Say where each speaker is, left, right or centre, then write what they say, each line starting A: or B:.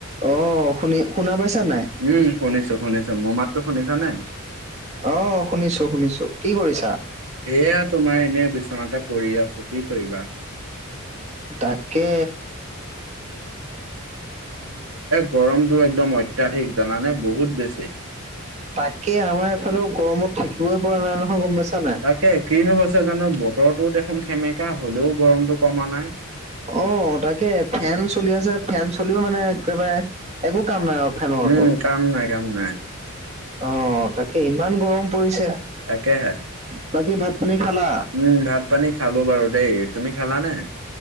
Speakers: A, on the right; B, on the right.
A: অহ শুনি শুনা পাইছা নাই?
B: উম শুনিছো শুনিছো মোৰ মাততো শুনিছা নাই
A: অ শুনিছো শুনিছো কি কৰিছা
B: এয়া তোমাৰ এনেই বিচনাতে পৰি আছো কি কৰিবা
A: তাকে
B: গৰমতটো একদম অত্যাধিক জানানে বহুত বেছি
A: তাকে আমাৰ এইফালেও গৰমত থাকিবই পৰা নাই নহয় গম পাইছা নাই
B: একে কিনো হৈছে জানো বতৰটো দেখোন সেমেকা হলেও গৰমতটো কমা নাই
A: অ তাকে ফেন চলি আছে ফেন চলিও মানে একেবাৰে একো কাম নাই আৰু ফেনৰতো।
B: উম কাম নাই কাম নাই।
A: অ' তাকে ইমান গৰম পৰিছে।
B: তাকে হে‌
A: বাকী ভাত পানী খালা?
B: উম ভাত পানী খালো বাৰু দেই তুমি খালানে?